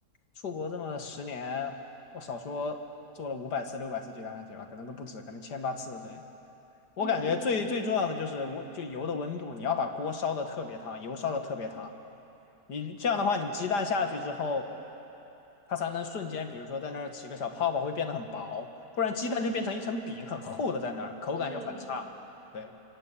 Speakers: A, on the left; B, on the right.
A: 出国这么十年，我少说做了五百次、六百次鸡蛋番茄吧，可能都不止，可能千八次。对，我感觉最最重要的就是温，
B: 嗯
A: 就油的温度，你要把锅烧的特别烫，油烧的特别烫。你这样的话，你鸡蛋下去之后，它才能瞬间，比如说在那儿起个小泡泡，会变得很薄，不然鸡蛋就变成一层饼，
B: 嗯
A: 很厚的在那儿，口感就很差。
B: 嗯，
A: 对，